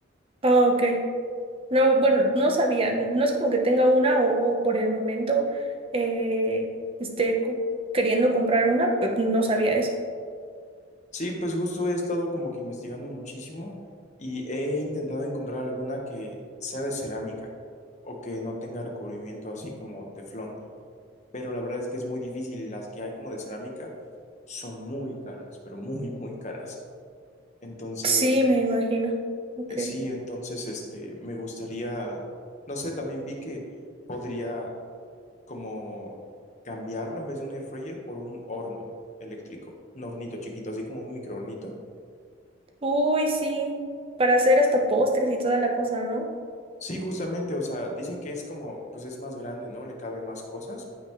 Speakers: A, on the right; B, on the left.
A: Ah, ok. No, bueno, no sabía. No es como que tenga una o, o por el momento eh, esté co- queriendo comprar una, pe- no sabía eso.
B: Sí, pues justo he estado como que investigando muchísimo y he intentado encontrar alguna que sea de cerámica o que no tenga recubrimiento así como teflón. pero la verdad es que es muy difícil y las que hay como de cerámica son muy caras, pero muy, muy caras. Entonces,
A: Sí, me imagino. Ok.
B: eh, sí, entonces, este, me gustaría, no sé, también vi que podría como cambiarlo en vez de un air fryer por un horno eléctrico, un hornito chiquito, así como un microhornito
A: Uy, sí. Para hacer hasta postres y toda la cosa, ¿no?
B: Sí, justamente, o sea, dicen que es como, pues es más grande, ¿no? Le cabe más cosas,